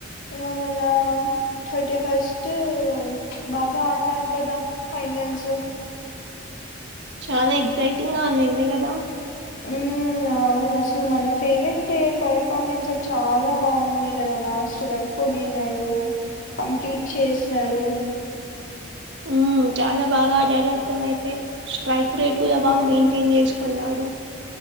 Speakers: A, on the left; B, on the right.
A: ఇగ మొన్నా. థట్టి ఫస్టు ఓ బాగా ఆడిన్నారు కదా ఫైనల్సు.
B: చాలా ఎక్సైటింగ్ గా ఉండింది గదా.
A: ఊమ్ అవును అసలు మన ఫేవరెట్ ప్లేయర్ పర్పమేన్స్. చాలా బాగుంది కదా లాస్ట్ వరకు ఉండినాడు కొ నిన్నాడు కంప్లీట్ చేసినాడు
B: ఉమ్ చాలా బాగా ఆడాడు తనైతే. స్ట్రైక్ రేట్
A: ఉమ్
B: కూడా బాగా మెయింటిన్ చేసుకున్నాడు.